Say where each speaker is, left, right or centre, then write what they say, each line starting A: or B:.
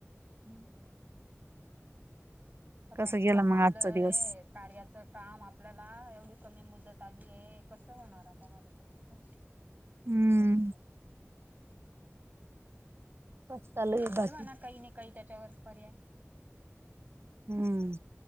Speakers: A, on the right; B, on the right.
A: हम्म. आता
B: कसं
A: मी
B: गेला
A: कामा
B: मग
A: आलोय.
B: आजचा दिवस
A: कार्याचं काम आपल्याला एवढी कमी मुदत आली आहे. कसं होणार आता मला तर बघ हे
B: हम्म
A: व्हायलय.
B: कसं चालू आहे.
A: होईल
B: बाकी
A: म्हणा काही नाही काही त्याच्यावर पर्याय.
B: हम्म.